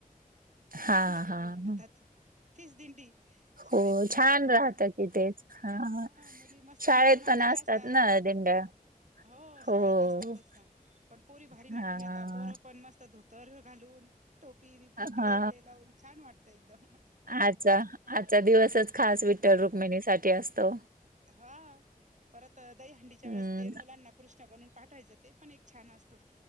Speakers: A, on the right; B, on the right.
A: तेच
B: हां,
A: मग
B: हां.
A: घेऊन जातात, तेच दिड डी शाळेतलीच
B: हो, छान
A: अं
B: राहतं की तेच. हां.
A: हा, मुली मस्त
B: शाळेत
A: नटून आलेल्या
B: पण असतात
A: आसता
B: ना दिंड्या.
A: हो शाळेत
B: हो.
A: असतातच ना, पण पोरी भारी नटून
B: हां.
A: येता, पोरं पण मस्त धो तर घालून टोपी बिपी
B: हा,
A: टिळे बिळे लावून छान वाटतं एकदम
B: आच्छा आजचा दिवसच खास विठ्ठल -रुक्मिणीसाठी असतो.
A: हा, परत दहीहंडीच्या
B: हं.
A: वेळेस ते मुलांना कृष्ण बनवून पाठवायचं, ते पण एक छान असतं.